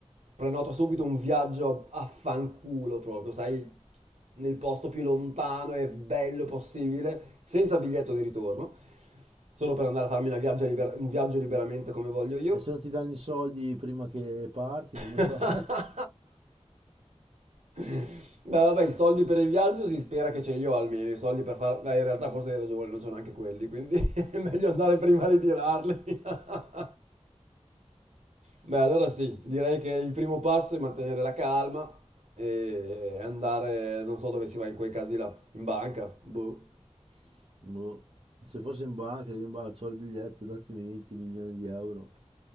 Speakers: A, on the right; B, on the right.
A: prenoto subito un viaggio a fanculo proprio, sai, nel posto più lontano e bello possibile, senza biglietto di ritorno, solo per andare a farmi una viaggia libera- un viaggio liberamente come voglio io.
B: E se non ti danno i soldi prima che parti, come
A: <laughs>
B: fai?
A: Beh, vabbè, i soldi per il viaggio si spera che ce li ho almeno, i soldi per fare... Beh, in realtà forse hai ragione, non c'ho neanche quelli, quindi <laughs> è meglio andare prima a ritirarli. <laughs> Beh, allora sì, direi che il primo passo è mantenere la calma e andare, non so dove si va in quei casi là, in banca, boh.
B: <laughs> Boh. Se fosse in banca, io in banca, ho il biglietto, datemi 20 milioni di euro.